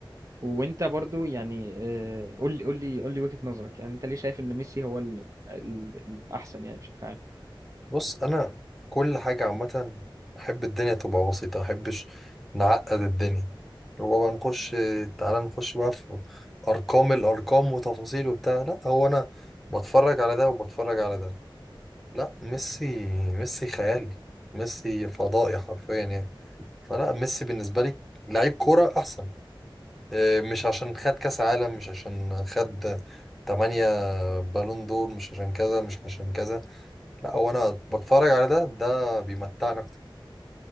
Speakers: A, on the right; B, in the centre.
A: وانت برضو يعني آه، قول لي قول لي قول لي وجهة نظرك يعني انت ليه شايف ان ميسي هو ال- ال- الاحسن يعني بشكل عام
B: بص انا كل حاجه عامه احب الدنيا تبقى بسيطه ما احبش نعقد الدنيا اللي هو بقى نخش تعالى نخش بقى في ارقام الارقام وتفاصيل وبتاع لا هو انا بتفرج على ده وبتفرج على ده لا ميسي ميسي خيالي ميسي فضائي حرفيا يعني فلا ميسي بالنسبة لي لعيب كورة أحسن إيه، مش عشان خد كأس عالم مش عشان خد تمانية بالون دور مش عشان كذا مش عشان كذا لا هو أنا بتفرج على ده ده بيمتعني أكتر